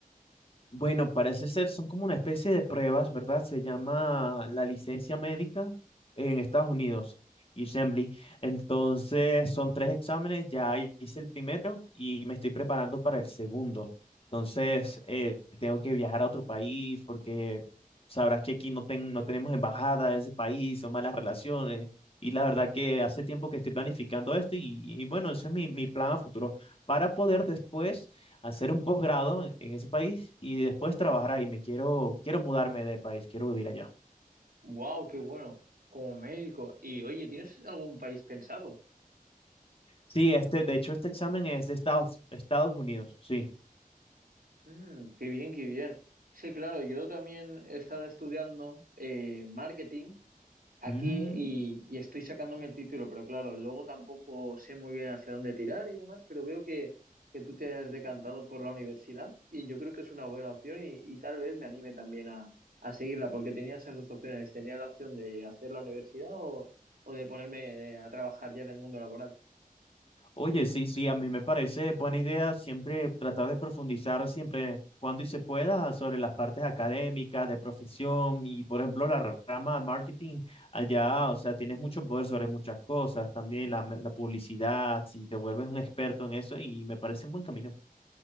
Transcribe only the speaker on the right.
Wow, qué bueno. Como médico. Y oye, ¿tienes algún país pensado?
Mm, qué bien, qué bien. Sí, claro, yo también he estado estudiando eh, marketing aquí
y, y estoy sacándome el título, pero claro, luego tampoco sé muy bien hacia dónde tirar y demás, pero veo que, que tú te has decantado por la universidad y yo creo que es una buena opción y, y tal vez me anime también a, a seguirla, porque tenía esas dos opciones, tenía la opción de hacer la universidad o, o de ponerme eh, a trabajar ya en el mundo laboral.